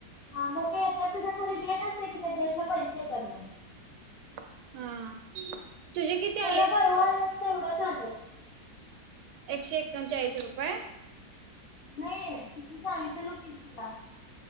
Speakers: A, on the left; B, on the right.
A: हा मग ते येत्यात तेझ्या खाली डेट असते कि त्या डेटला पैसे येतात बग.
B: हा. तुझे किती आलेत
A: मला परवा आलेत तेवढंच. आलेत.
B: एकशे एकोणचाळीस रुपये.
A: नाये किती सांगितलेली की? तुला.